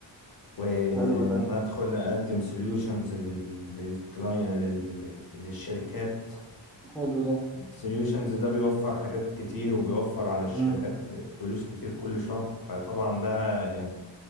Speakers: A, on the left; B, in the centre.
A: وان
B: حلو ده
A: انا ادخل اقدم سوليوشنز للكلاين للشركات
B: حلو ده
A: سوليوشنز ده بيوفر حاجات كتير وبيوفر على الشركات
B: امم
A: فلوس كتير كل شهر فطبعا ده يعني